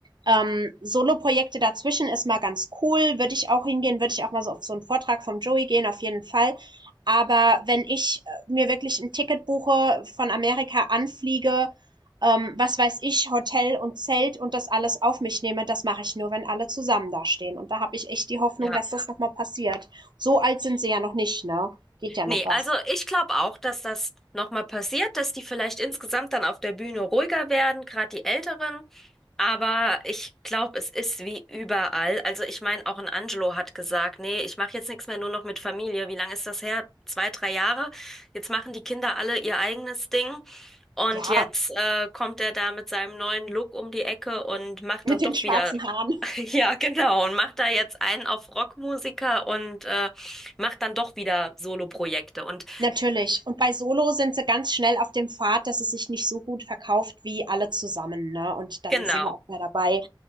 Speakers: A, on the right (about 60°); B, in the centre.
A: ähm, Solo-Projekte dazwischen ist mal ganz cool, würde ich auch hingehen, würde ich auch mal so auf so einen Vortrag vom Joey gehen, auf jeden Fall. Aber wenn ich äh, mir wirklich ein Ticket buche, von Amerika anfliege, ähm, was weiß ich, Hotel und Zelt und das alles auf mich nehme, das mache ich nur, wenn alle zusammen da stehen. Und da habe ich echt die Hoffnung,
B: ja.
A: dass das nochmal passiert. So alt sind sie ja noch nicht, ne? Geht ja
B: Nee,
A: noch was.
B: also ich glaube auch, dass das nochmal passiert, dass die vielleicht insgesamt dann auf der Bühne ruhiger werden, gerade die Älteren. Aber ich glaube, es ist wie überall. Also ich meine, auch ein Angelo hat gesagt, nee, ich mache jetzt nichts mehr, nur noch mit Familie. Wie lange ist das her? Zwei, drei Jahre. Jetzt machen die Kinder alle ihr eigenes Ding. Und
A: Ja,
B: jetzt äh, kommt er da mit seinem neuen Look um die Ecke und macht
A: mit
B: dann
A: den
B: doch
A: schwarzen
B: wieder
A: Haaren.
B: ja, genau. Und macht da jetzt einen auf Rockmusiker und äh, macht dann doch wieder Soloprojekte. Und
A: Natürlich. Und bei Solo sind sie ganz schnell auf dem Pfad, dass es sich nicht so gut verkauft wie alle zusammen, ne? Und dann
B: genau.
A: sind wir auch mehr dabei.